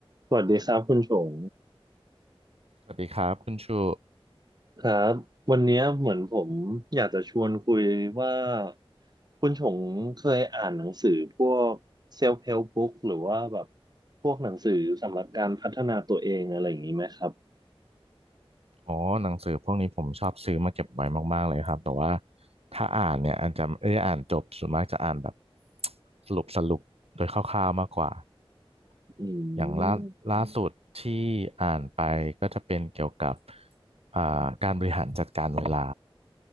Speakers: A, on the right; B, on the right.
A: สวัสดีครับคุณชง
B: สวัสดีครับคุณชู
A: ครับวันเนี้ยเหมือนผมอยากจะชวนคุยว่าคุณชงเคยอ่านหนังสือพวก self help book หรือว่าแบบพวกหนังสือสำหรับการพัฒนาตัวเองอะไรอย่างนี้ไหมครับ
B: อ๋อหนังสือพวกนี้ผมชอบซื้อมาเก็บไว้มากๆเลยครับแต่ว่าถ้าอ่านเนี่ยอาจจะไม่ได้อ่านจบส่วนมากจะอ่านแบบ <tsk> สรุปสรุปโดยคร่าวๆมากกว่า
A: อืม
B: อย่างล่าล่าสุดที่อ่านไปก็จะเป็นเกี่ยวกับอ่าการบริหารจัดการเวลา